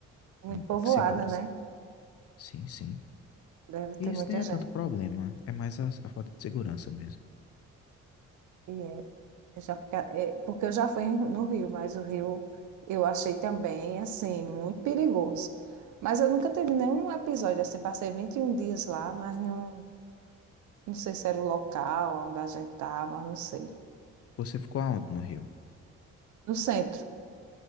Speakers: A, on the right; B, on the left.
A: muito
B: é um pouco
A: povoada,
B: segura.
A: né?
B: Sim, sim.
A: Deve
B: E
A: ter
B: Isso
A: muita
B: nem é tanto
A: gente.
B: problema, é mais a, a falta de segurança mesmo.
A: E é Eu já- é, porque eu já fui no Rio, mas o Rio eu achei também, assim, muito perigoso. Mas eu nunca tive nenhum episódio, assim, passei 21 dias lá, mas não, não sei se era o local onde a gente estava, não sei.
B: Você ficou aonde no Rio?
A: No centro.